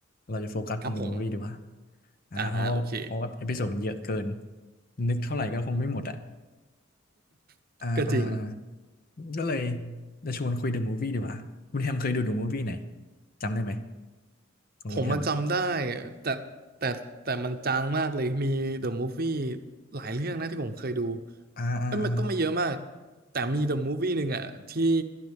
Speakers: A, on the left; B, on the right.
A: เราจะโฟกัสตรง
B: ครับผม
A: The Movie ดีกว่าอ่าเพราะเพราะว่าเอพิโซดมันเยอะเกิน
B: อ่าโอเค
A: นึกเท่าไหร่ก็คงไม่หมดอ่ะ
B: <coughs>
A: อ่าอ่าอ่า
B: <laughs> ก็จริง
A: ก็เลยจะชวนคุย The Movie ดีกว่าคุณแฮมเคยดู The Movie ไหนจำได้ไหมของคุณแฮมอ่ะ
B: ผมมันจำได้แต่แต่แต่มันจางมากเลยมี The Movie หลายเรื่องนะที่ผมเคยดู
A: อ่าอ่าอ่า
B: เอ้ยมันก็ไม่เยอะมากแต่มี The Movie หนึ่งอะที่